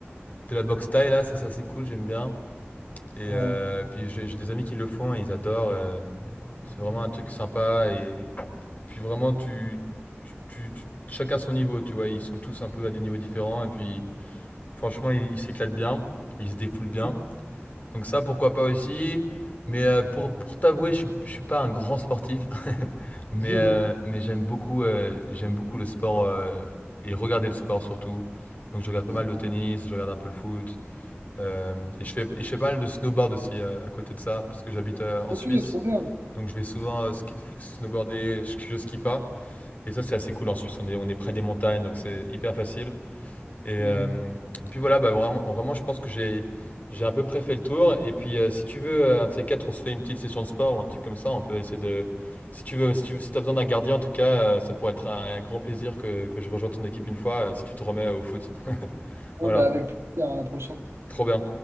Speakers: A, on the left; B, on the right.
A: de la boxe taille là. Ça, c'est assez cool. J'aime bien. Et
B: ouais.
A: euh, puis j'ai j'ai des amis qui le font et ils adorent. euh, c'est vraiment un truc sympa. Et puis vraiment, tu, tu- tu- tu- chacun son niveau, tu vois. Ils sont tous un peu à des niveaux différents. Et puis franchement, ils ils s'éclatent bien. Ils se défoulent bien.
B: <laughs>
A: Donc ça, pourquoi pas aussi. Mais euh, pour, pour t'avouer, je suis, je suis pas un grand sportif. <laughs> mais
B: Mhm.
A: euh, mais j'aime beaucoup, euh, j'aime beaucoup le sport euh, et regarder le sport surtout. Donc je regarde pas
B: Mhm.
A: mal de tennis, je regarde un peu le foot. Euh, et, je fais, et je fais pas mal de snowboard aussi euh, à côté de ça, parce que j'habite euh, en
B: Ok,
A: Suisse.
B: trop bien.
A: Donc je vais souvent euh, ski- snowboarder, je, je skie pas. Et ça, c'est assez cool en Suisse. On est, on est près des montagnes, donc c'est hyper facile. Et,
B: Mhm.
A: euh, et puis voilà, bah, vraiment, vraiment, je pense que j'ai, j'ai à peu près fait le tour. Et puis euh, si tu veux, euh, un de ces quatre, on se fait une petite session de sport ou un truc comme ça. On peut essayer de. Si tu veux, si tu as besoin d'un gardien, en tout cas, euh, ça pourrait être un, un grand plaisir que, que je rejoigne ton équipe une fois euh, si tu te remets au foot.
B: Ouais,
A: Voilà,
B: bah avec plaisir, à la prochaine.
A: trop bien.